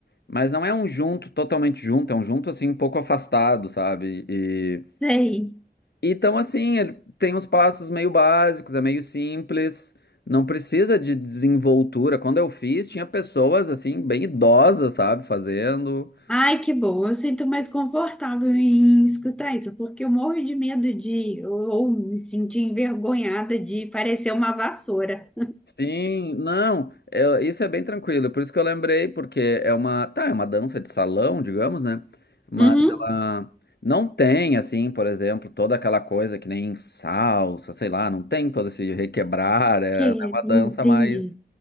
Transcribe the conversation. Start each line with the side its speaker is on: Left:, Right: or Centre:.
Left: mas não é um junto totalmente junto, é um junto, assim, um pouco afastado, sabe? E,
Centre: sei.
Left: e então, assim, ele tem uns passos meio básicos, é meio simples, não precisa de desenvoltura. Quando eu fiz, tinha pessoas, assim, bem idosas, sabe, fazendo.
Centre: Ai, que bom. Eu sinto mais confortável em escutar isso, porque eu morro de medo de ou, ou me sentir envergonhada de parecer uma vassoura.
Left: Sim, não, é, isso é bem tranquilo, por isso que eu lembrei, porque é uma, tá, é uma dança de salão, digamos, né? Mas
Centre: Uhum.
Left: ela não tem, assim, por exemplo, toda aquela coisa que nem salsa, sei lá, não tem todo esse requebrar, é,
Centre: Que
Left: é uma
Centre: entendi.
Left: dança mais,